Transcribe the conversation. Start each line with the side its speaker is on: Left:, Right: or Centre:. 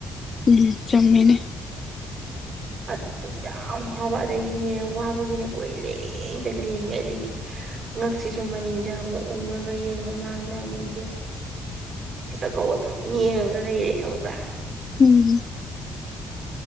Left: ꯎꯝ ꯆꯃꯤꯅꯦ
Right: ꯑꯗꯨ ꯇ ꯀ ꯌꯥꯝ ꯋꯥꯕ ꯑꯗꯩꯗꯤꯅꯦ ꯋꯥꯕꯒꯤꯅꯦ ꯀꯣꯏ ꯂꯦꯡꯇ ꯂꯦꯡꯉꯦ ꯑꯗꯩꯗꯤ ꯉꯛꯁꯤꯁꯨ ꯃꯅꯤꯡꯗ ꯑꯃꯨꯛ ꯎꯡꯉꯒ ꯌꯦꯡꯉꯨ ꯃꯃꯥꯡꯗ ꯑꯃꯨꯛ ꯌꯦ ꯆꯥꯛꯀꯧꯕ ꯑꯗꯨꯝ ꯃꯤꯡꯉꯒ ꯂꯩꯔꯦ ꯍꯪꯕ꯭ꯔꯥ
Left: ꯎꯝ